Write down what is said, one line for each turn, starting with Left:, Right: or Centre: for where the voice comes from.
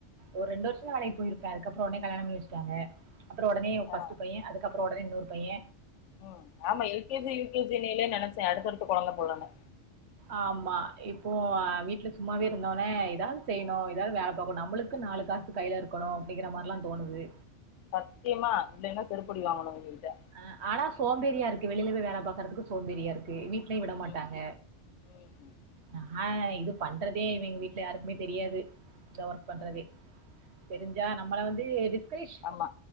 Right: ஒரு ரெண்டு வருஷந்தா
Left: ம்
Right: போயிருப்பே அதுக்கப்பற ஒடனே கல்யாண பண்ணி வெச் சிட்டாங்க அப்பறொ ஒடனே ஃபஸ்ட்
Left: ஆ
Right: பைய அதுக்கப்பறொ ஒடனே இன்னொரு பைய
Left: ம் ஆமா L K G U K G லிலே நெனச்ச அடுத்தடுத்து கொழந்த போலன்னு
Right: ஆமா இப்போ வீட்ல சு சும்மாவவே இருந்தோனே எதாது செய்ணு எதாது வேல பாக்கணு நம்ளுக்கு நாலு காசு கைல இருக்கணு அப்டிங்கிற மாரிலா தோனுது
Left: சத்தியமா இல்லின்னா செருப்படி வாங்கணு இவுங்க்கிட்ட
Right: ஆ ஆனா சோம்பேறியா இருக்கு வெளில போயி வேல பாக்கறதுக்கு சோம்பேறியா இருக்கு க்கு வீட்லியு விட
Left: ம்
Right: மாட்டாங்க
Left: ம்
Right: ஆ ஆ இது பண்றதே இவிங்க வீட்ல யாருக்குமே தெரியாது இந்த ஒர்க் பண்றதே தெரிஞ்சா நம்மள வந்து டிஸ்கரிஷ்
Left: ஆமா